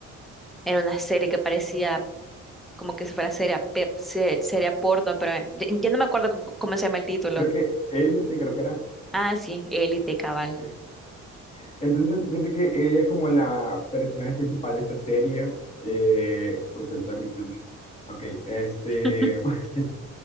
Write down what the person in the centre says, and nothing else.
era una serie que parecía como que si fuera seria, pe- se- seria porno, pero eh, ya ya no me acuerdo cu- cómo se llama el título.
Ah, sí, Élite Cabal.
<laughs>